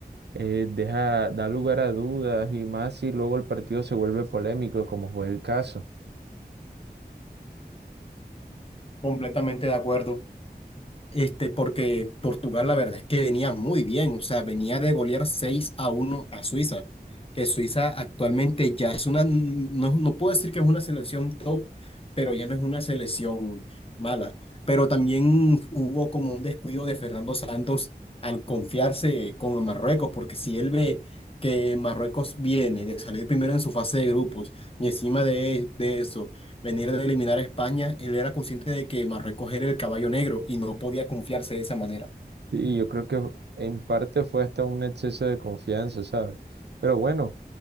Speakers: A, on the right (about 85°); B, on the left (about 35°).
A: Eh, deja, da lugar a dudas y más si luego el partido se vuelve polémico, como fue el caso.
B: Completamente de acuerdo. Este, porque Portugal, la verdad es que venía muy bien, o sea, venía de golear 6 a uno a Suiza, que Suiza actualmente ya es una, no, no puedo decir que es una selección top, pero ya no es una selección mala. Pero también hubo como un descuido de Fernando Santos al confiarse con Marruecos, porque si él ve que Marruecos viene de salir primero en su fase de grupos y encima de, de eso venir de eliminar a España, él era consciente de que Marruecos era el caballo negro y no podía confiarse de esa manera.
A: Y yo creo que en parte fue hasta un exceso de confianza, ¿sabes? Pero bueno,